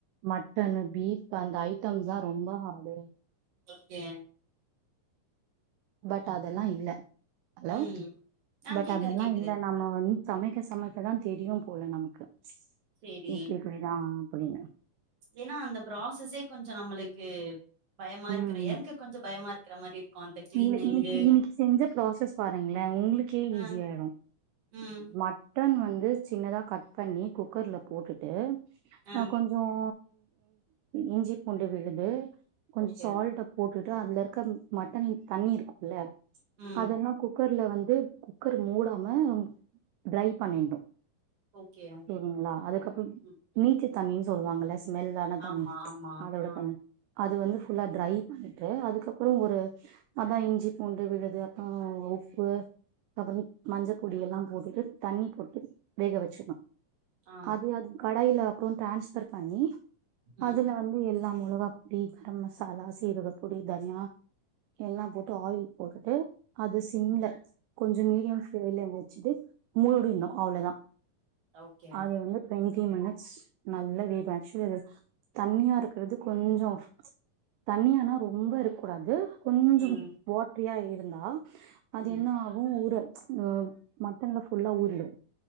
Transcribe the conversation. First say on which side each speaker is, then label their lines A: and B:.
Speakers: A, on the right (about 80°); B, on the right (about 50°).
A: மட்டன் பீப் இப்ப அந்த ஐட்டம்ஸ் தான் ரொம்ப ஹார்ட்
B: ஓகே
A: பட் அதெல்லாம் இல்ல ஹலோ
B: ம் ஆ
A: பட்
B: கேக்குது
A: அதெல்லாம்
B: கேக்குது
A: இல்ல நாம வந்து சமைக்க சமைக்கதான் தெரியும் போல நமக்கு
B: சேரி
A: இப்பிடி இப்பிடிதான் அப்பிடின்னு
B: ஏன்னா அந்த ப்ராசஸே கொஞ்சம் நம்மளுக்கு பயமா இருக்குது
A: ம்
B: எனக்கு கொஞ்சம் பயமா இருக்கிற மாரி இருக்கும் அந்த கிளீனிங்கு
A: இல்ல இன்னிக்கு இன்னிக்கு செஞ்ச ப்ராசஸ் பாருங்களே உங்களுக்கே
B: அ
A: ஈஸியாயிடும்
B: ம்
A: மட் மட்டன் வந்து சின்னாத கட் பண்ணி குக்கர்ல போட்டுட்டு
B: அ
A: கொஞ்சம் இஞ்சி பூண்டு விழுது கொஞ்சம்
B: ஓகே
A: சால்ட்ட போட்டுட்டு அதுல இருக்க மட்டன் தண்ணி இருக்கும்ல்ல
B: ம்
A: அதெல்லாம் குக்கர்ல வந்து வந்து குக்கர் மூடாம டிரை பண்ணினோம்
B: ஓகே
A: சரிங்களா அதுக்கப்பறம்
B: ம்
A: நீச்ச தண்ணின்னு சொல்லுவாங்கல ஸ்மெல் ஆன தண்ணி
B: ஆமா ஆமா
A: அததுோட
B: ஆ
A: தண்ணி அது வந்து ஃபுல்லா டிரை பண்ணிட்டு அதுக்கப்பற ஒரு அதா இஞ்சி பூண்டு விழுது அப்பறோ உப்பு அப்பற மஞ்ச பொடிய எல்லா போட்டுட்டு தண்ணி போட்டு வேக வச்சுடுவ
B: ஆ
A: அது அது கடையில அக்கவுண்ட் டிரான்ஸ்வர் பண்ணி
B: ம்
A: அதுல வந்து எல்லாமே மொளகாப்பொடி கரம் மசாலா சீரகப்பொடி தனியா எல்லா போட்டு ஆவி போட்டுட்டு அது சிம்ல கொஞ்ச மீடியம் ஃபிளேம்ல வச்சிட்டு மூடனும் அவ்ளோதா
B: ஓகே
A: அத வந்து <unintelligible> த்தீரி மினிட்ஸ் நல்லா வேக வச்சி அது தண்ணியா இருக்கறது கொஞ்ச தண்ணியானா ரொம்ப இருக்கக்கூடாது கொஞ்ச
B: ம்
A: வாஅட்ரியா இருந்தா அது
B: ம்
A: என்ன ஆகும் ஊற ச் மட்டன்ல ஃபுல்லா ஊறிடு